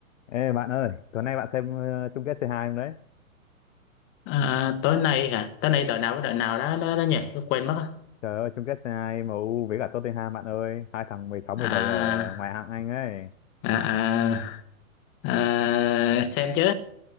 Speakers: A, on the left (about 60°); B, on the left (about 25°).
A: Ê bạn ơi, tối nay bạn xem ờ, chung kết C2 không đấy?
B: À, tối nay hả? Tối nay đợi nào với đợi nào đó đó, đó nhỉ? Tôi quên mất á.
A: Trời ơi, chung kết C2 U với cả Tottenham bạn ơi, hai thằng mười sáu, mười
B: À,
A: bảy ở ngoại hạng Anh ấy.
B: à, à, à, xem chứ.